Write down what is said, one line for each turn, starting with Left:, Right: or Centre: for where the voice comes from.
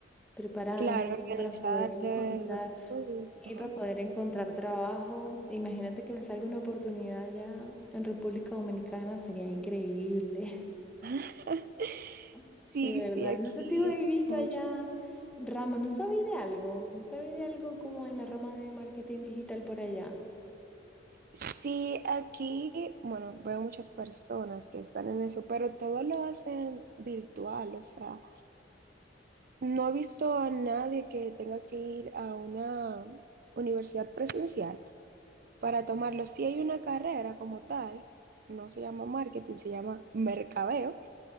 Centre: prepararme
Right: Claro, organizarte
Centre: para poder encontrar
Right: los estudios. Ajá.
Centre: y para poder encontrar trabajo, imagínate que me salga una oportunidad allá en República Dominicana, sería increíble,
Right: <laughs>
Centre: <laughs>
Right: Sí,
Centre: de verdad.
Right: sí, aquí.
Centre: No sé si habéis visto
Right: mucho.
Centre: allá ramas, no sabéis de algo, no sabéis de algo como en la rama de marketing digital por allá.
Right: Sí, aquí, bueno, veo muchas personas que están en eso, pero todo lo hacen virtual, o sea, no he visto a nadie que tenga que ir a una universidad presencial para tomarlo. Si hay una carrera como tal, no se llama marketing, se llama mercadeo,